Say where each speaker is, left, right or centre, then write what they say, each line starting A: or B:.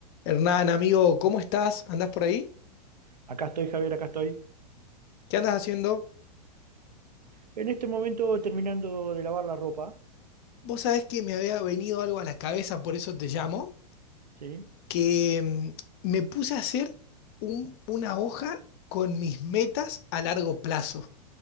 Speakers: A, on the left; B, on the right.
A: Hernán, amigo, ¿cómo estás? ¿Andás por ahí?
B: Acá estoy, Javier, acá estoy.
A: ¿Qué andas haciendo?
B: En este momento terminando de lavar la ropa,
A: Vos sabés que me había venido algo a la cabeza, por eso te llamo,
B: ¿sí?
A: que mm, me puse a hacer un- una hoja con mis metas a largo plazo.